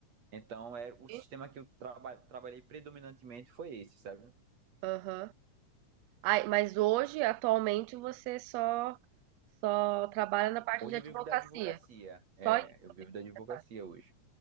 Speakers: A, on the right; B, on the right.
A: Então, é o sistema
B: entendi.
A: que eu traba trabalhei predominantemente foi esse, sabe?
B: Aham. Ai, mas hoje, atualmente, você só só trabalha na parte
A: Hoje
B: de advocacia.
A: eu vivo da advocacia. É,
B: Só isso
A: eu vivo
B: mesmo
A: da
B: que
A: advocacia
B: você faz.
A: hoje.